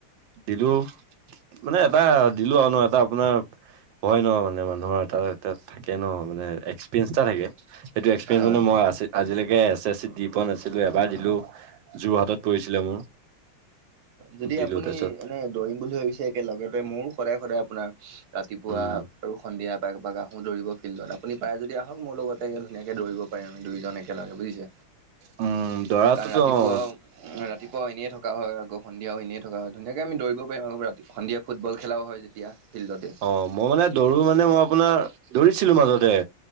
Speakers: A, on the right; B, on the right.
A: দিলো মানে এটা দিলো আৰু ন এটা আপোনাৰ হয় ন মানে মানুহৰ এটা এ থাকে ন মানে এক্স এক্সপেৰিয়েন্স থাকে সেইটো এক্সপেৰিয়েঞ্চ
B: হয়।
A: মানে
B: হয়
A: মই আছে৷ আজিলৈকে এছ-এছ চিত দি পোৱা নাছিলো এবাৰ দিলো যোৰহাটত পৰিছিলে মোৰ।
B: যদি
A: দিলো
B: আপুনি
A: তাৰপিছত
B: এনে দৌৰিম বুলি ভাবিছে একে লগতে মোৰো সদায়-সদায় আপোনাৰ ৰাতিপুৱা
A: উম
B: আৰু সন্ধিয়া এপাক এপাক আহো দৌৰিব ফিল্ডত আপুনি পাৰে যদি আহক মোৰ লগতে আহি ধুনীয়াকে দৌৰিব পাৰিম আমি দুইজন একেলগে বুজিছে।
A: উম দৰাটোতো
B: কাৰণ ৰাতিপুৱাও
A: অ
B: ওম ৰাতিপুৱাও এনেই থকা হয় আকৌ সন্ধিয়াও এনেই থকা হয়। ধুনীয়াকে আমি দৌৰিব পাৰিম আৰু ৰাতি সন্ধিয়া ফুটবল খেলাও হয় যেতিয়া, ফিল্ডতে।
A: অ', মই মানে দৌৰো মানে মই আপোনাৰ দৌৰিছিলো মাজতে,